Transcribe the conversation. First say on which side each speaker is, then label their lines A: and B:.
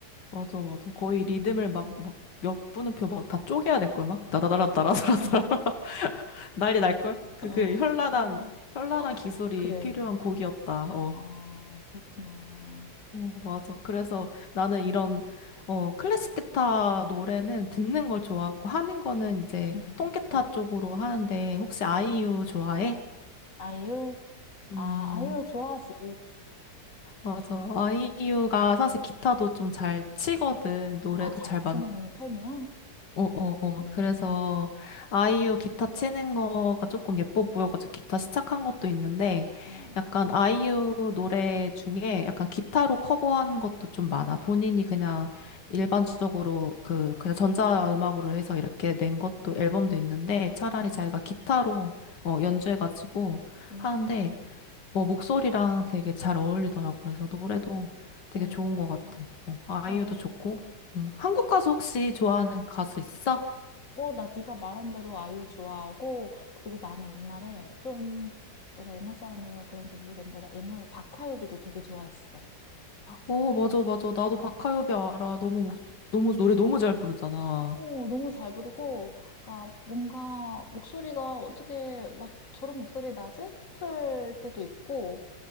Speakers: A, on the left; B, on the left.
A: 맞아, 맞아. 거의 리듬을
B: 음.
A: 막, 막, 몇 분음표 막 다 쪼개야 될걸, 막. 따다다라,
B: 아,
A: 따라다라따라 <laughs> 난리 날걸? 그,
B: 어,
A: 그, 현란한, 현란한
B: <gasps> 어.
A: 기술이
B: 그래.
A: 필요한 곡이었다. 어.
B: 아, 그렇구나.
A: 어, 맞아. 그래서 나는 이런, 어, 클래식 기타 노래는 듣는 걸 좋아하고 하는 거는 이제
B: 음,
A: 통기타 쪽으로 하는데 혹시
B: 음.
A: 아이유 좋아해?
B: 아이유?
A: 음,
B: 아, 아이유 좋아하지.
A: 맞아. 아이유가 사실 기타도 좀 잘 치거든. 노래도
B: 아, 잘
A: 잘
B: 치는 편이야?
A: 어, 어, 어.
B: 음,
A: 그래서 아이유 기타 치는 거가 조금 예뻐 보여가지고 기타 시작한 것도 있는데
B: 어,
A: 약간 아이유 노래 중에 약간 기타로 커버한 것도 좀 많아. 본인이 그냥 일반적으로 그 그냥 전자음악으로 해서 이렇게 낸 것도 앨범도 있는데 차라리
B: 어,
A: 자기가 기타로 어, 연주해가지고
B: 음,
A: 하는데 어, 목소리랑 되게 잘 어울리더라고. 그래서 노래도 되게
B: 어,
A: 좋은 것 같아. 어, 아이유도
B: 그래.
A: 좋고. 음. 한국 가수 혹시 좋아하는 가수 있어?
B: 어, 나 네가 말한 대로 아이유 좋아하고, 그리고 나는 옛날에 좀, 내가 옛날 사람이라서 그런지 모르겠는데, 나 옛날에 박화요비도 되게 좋아했어.
A: 어, 맞아, 맞아. 나도 박하엽이 알아. 너무, 목, 너무, 노래 너무 잘 부르잖아.
B: 어, 너무 잘 부르고, 그러니까 뭔가 목소리가 어떻게 막 저런 목소리 나지? 싶을 때도 있고,